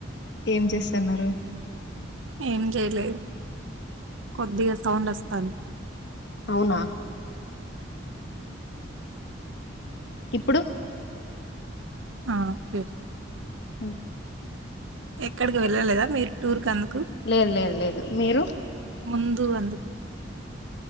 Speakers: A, on the left (about 60°); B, on the right (about 80°).
A: ఏం చేస్తున్నారు
B: ఏం చేయలేదు కొద్దిగా సౌండ్ వస్తాంది
A: అవునా ఇప్పుడు
B: ఆఓకే
A: ఆ
B: ఎక్కడికి వెళ్ళలేదా మీరు టూర్ క అందుకు
A: లేదు లేదు లేదు మీరు
B: ముందు అందుకు